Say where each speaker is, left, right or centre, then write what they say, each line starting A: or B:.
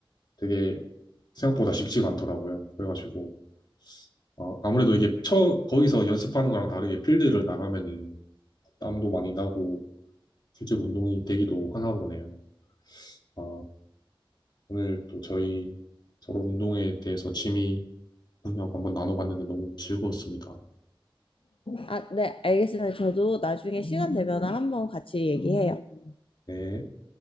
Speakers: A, on the left (about 50°); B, on the left (about 80°).
A: 되게 생각보다 쉽지가 않더라고요. 그래가지고, 어, 아무래도 이게 처, 거기서 연습하는 거랑 다르게 필드를 나가면은 땀도 많이 나고, 실제로 운동이 되기도 하나 보네요. 아, 오늘 또 저희 서로 운동에 대해서 취미 공유하고 한번 나눠봤는데 너무 즐거웠습니다.
B: 아, 네, 알겠습니다. 저도 나중에 시간 되면 한번 같이 얘기해요.
A: 네.